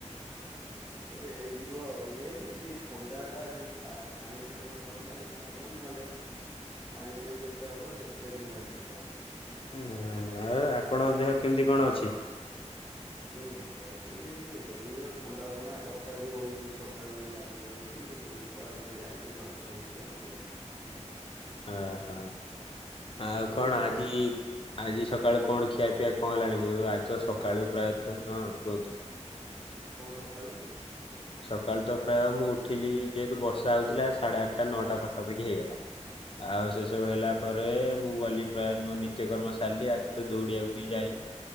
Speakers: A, on the right; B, on the left.
A: ହଁ। ସେ ହେଇଯିବ ଆଉ ଇଏ ବି ଥଣ୍ଡା ଟା ଖାଲି ପା ପାଣି ଫାଣି ନହେଲେ ଏଇନା ହବନି ନହେଲେ। ପାଣି ଫାଣି ଯେତେ ହବ ସେତେ ବିନ୍ଧା ଚିଟିକା ହବ
B: ଆ,
A: ବୁଝିପାରିଲ।
B: ଆଉ ଆପଣଙ୍କ ଦେହ କେମିତି କଣ ଅଛି?
A: ହୁଁ ଭଲ ଅଛି ଏଇ ଥଣ୍ଡା ଫଣ୍ଡା ବର୍ଷା ବି ହଉଛି ସକାଳୁ ଲାଗି ରହିଛି ଏବେବି କୁଆଡେ ମୁଁ ଯାଇନି ଘରେ ଶୋଇଛି ଆଉ କଣ କରିବି।
B: ଓ ହୋ ଆଉ
A: ତମ
B: କଣ
A: ଆଡେ
B: ଆଜି। ଆଜି ସକାଳୁ କଣ ଖିଆ ପିଆ କଣ ହେଲାଣି ମୁଁ ଆଜି ତ
A: ନା
B: ସକାଳୁ ପ୍ରାୟତଃ ହଁ କୁହନ୍ତୁ।
A: କଣ ସକାଳୁ?
B: ସକାଳୁ ତ ପ୍ରାୟ ମୁଁ ଉଠିଲି ଯେହେତୁ ବର୍ଷା ହଉଥିଲା ସାଢେ ଆଠଟା ନଅଟା ପାଖାପାଖି ହେଇଗଲା। ଆଉ ସେ ସବୁ
A: ହୁଁ
B: ହେଲା। ପରେ ମୁଁ ଗଲି ପ୍ରାୟ ମୋ ନିତ୍ୟକର୍ମ ସାରିଲି ଆଜି ତ ଦୌଡିିବାକୁ ବି ଯାଇନି